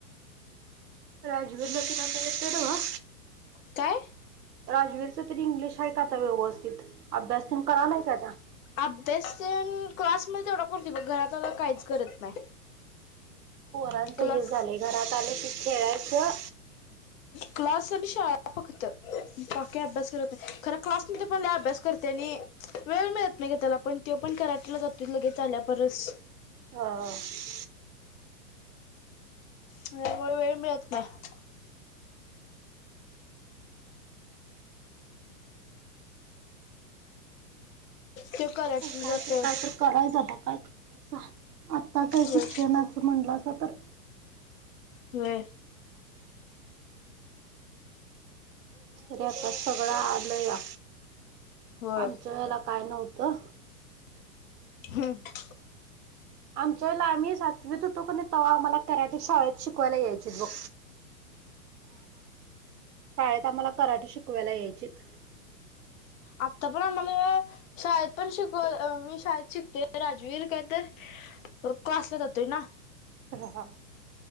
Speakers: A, on the right; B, on the left.
A: राजवीर ला <inaudible> येते नव्हं.
B: काय?
A: राजवीरच तरी इंग्लिश आहे का आता व्यवस्थित? अभ्यास करायला तो आता.
B: अभ्यास, क्लासमध्ये तेवढा करती बघ, घरात आल्यावर काहीच करत नाही.
A: पोरांचं
B: क्लास
A: हे झालंय, घरात आले की खेळायचं.
B: क्लास आणि शाळा फक्त, बाकी अभ्यास करत नाही, खर क्लासमध्ये पहिले अभ्यास करते आणि. वेळ मिळत नाही ग त्याला पण, तो पण कराटेला जातो लगेच आल्या परच.
A: <unintelligible>
B: त्यामुळे वेळ मिळत नाही. ते
A: काय
B: <inaudible> जातं.
A: तर काय तर करायचं आता, काय करणारसा, आता तर
B: वेळ
A: शिक्षणाच म्हणलासा तर
B: व्हय.
A: तरी आता सगळं आलं या,
B: होय
A: आमचं वेळेला काय नव्हतं.
B: <unintelligible>
A: आमच्या वेळेला, आम्ही सातवीत होतो का नाही, तव्हा आम्हाला कराटे शाळेत शिकवायला यायचेत बघ. शाळेत आम्हाला कराटे शिकवायला यायचेत.
B: आता पण आम्हाला शाळेत पण शिकवा मी शाळेत शिकतोय राजवीर काय तर क्लासला जातोय ना.
A: ह, हा.